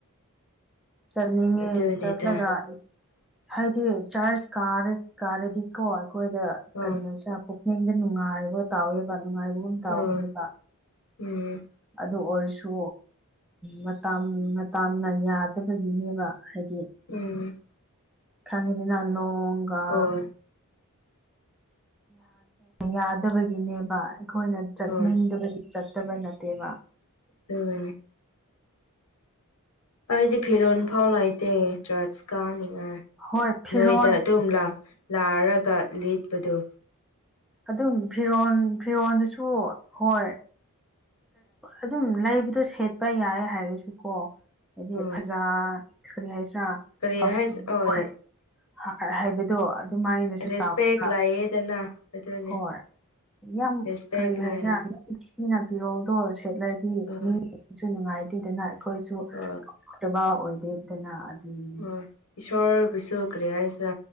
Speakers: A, in the centre; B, on the left.
A: ꯆꯠꯅꯤꯡꯉꯦ
B: ꯑꯗꯨꯅꯤꯗ
A: ꯆꯠꯂꯒ ꯍꯥꯏꯗꯤ ꯆꯥꯔꯁ ꯀꯥꯔꯗꯤꯀꯣ ꯑꯩꯈꯣꯏꯗ
B: ꯍꯣꯏ
A: ꯀꯔꯤꯅꯣ ꯄꯨꯛꯅꯤꯡꯗ ꯅꯨꯡꯉꯥꯏꯕ ꯇꯥꯎꯋꯦꯕ ꯅꯨꯡꯉꯥꯏꯕꯒꯨꯝ ꯇꯥꯎꯕꯅꯦꯕ
B: ꯑꯣꯝ ꯎꯝ
A: ꯑꯗꯨ ꯑꯣꯏꯔꯁꯨ ꯃꯇ ꯃꯇꯥꯝꯅ ꯌꯥꯗꯕꯒꯤꯅꯦꯕ ꯍꯥꯏꯗꯤ
B: ꯎꯝ
A: ꯈꯪꯔꯤ ꯅꯥ ꯅꯣꯡꯒ
B: ꯍꯣꯏ
A: ꯌꯥꯗꯕꯒꯤꯅꯦꯕ ꯑꯩꯈꯣꯏꯅ ꯆꯠꯅꯤꯡꯗꯕꯒꯤ
B: ꯍꯣꯏ
A: ꯆꯠꯇꯕ ꯅꯠꯇꯦꯕ
B: ꯎꯝ ꯑꯩꯗꯤ ꯐꯤꯔꯣꯟꯜ ꯐꯥꯎ ꯂꯩꯇꯦ ꯆꯔꯆ ꯀꯥꯅꯤꯡꯉꯥꯏ
A: ꯍꯣꯏ ꯐꯤꯔꯣꯜ
B: ꯅꯣꯏꯗ ꯑꯗꯨꯝ ꯂꯥꯔꯒ ꯂꯤꯠꯄꯗꯨ
A: ꯑꯗꯨꯝ ꯐꯤꯔꯣꯟ ꯐꯤꯔꯣꯟꯜꯗꯨꯁꯨ ꯍꯣꯏ ꯑꯗꯨꯝ ꯂꯩꯕꯗꯣ ꯁꯦꯠꯄ ꯌꯥꯏ ꯍꯥꯏꯔꯁꯨꯀꯣ ꯍꯥꯏꯗꯤ
B: ꯍꯣꯏ
A: ꯐꯖꯥ ꯀꯔꯤ ꯍꯥꯏꯁꯤ꯭ꯔꯥ
B: ꯀꯔꯤ
A: ꯍ
B: ꯍꯥꯏꯁ ꯍꯣꯏ
A: ꯍꯥꯏꯕꯗꯣ ꯑꯗꯨꯃꯥꯏꯅꯁꯨ
B: ꯔꯦꯁꯄꯦꯛ
A: ꯇꯥꯎꯕ꯭ꯔ
B: ꯂꯩꯌꯦꯗꯅ ꯑꯗꯨꯅꯦ
A: ꯍꯣꯏ ꯌꯥꯝ
B: ꯔꯦꯁꯄꯦꯛ
A: ꯀꯔꯤ ꯍꯥꯏꯖ
B: ꯂꯩ
A: ꯏꯊꯤꯅ ꯐꯤꯔꯣꯜꯗꯣꯔ ꯁꯦꯠꯂꯗꯤ
B: ꯍꯣꯏ
A: ꯃꯤꯁꯨ ꯅꯨꯡꯉꯥꯏꯇꯦꯗꯅ ꯑꯩꯈꯣꯏꯁꯨ
B: ꯑꯝ
A: ꯑꯗꯨꯕ ꯑꯣꯏꯗꯦꯗꯅ ꯑꯗꯨꯅꯤꯅꯦ
B: ꯑꯣ ꯏꯁꯣꯔꯕꯨꯁꯨꯈ꯭ꯔꯦ ꯍꯥꯏꯁꯤꯔꯥ